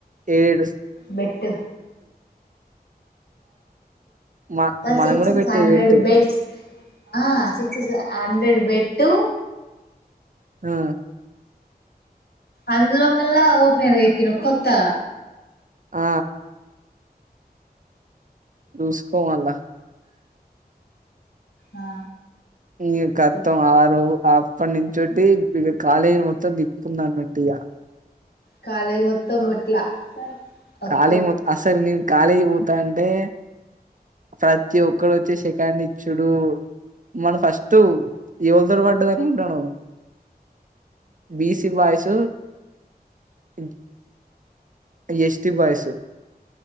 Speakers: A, on the right; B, on the left.
A: ఏడ్
B: బెట్
A: మ మనం
B: సి
A: కూడా
B: సి
A: పెట్టేది
B: హ్రడ్
A: బెట్టు
B: బెట్ ఆ సిక్స హండ్రెడ్ బెట్టు
A: ఆ
B: అందులో మల్ళ ఓపినర్ వకిిన కొత్తగా
A: ఆ చూసుకోవాలా
B: ఆ
A: ఇక కొత్తం
B: ఓకే
A: ఆరు అప్పటి నుంచోటి ఇక కాలేజీ మొత్తం తిప్పుకుంద అన్నట్టు ఇక
B: కాళజ మొత్తం అట్లా ఒక్క
A: కాల మత అసలు నన్ కాాలిగి పోఊతా అంటే ప్రతి ఒక్కరు వచ్చి సెకండ్ ఇచ్చడు మన ఫస్ట్ ఎవలుదర పడ్డది అనుకుంటాను బీసీ బాయ్స్ ఇ ఎష్టి బయసు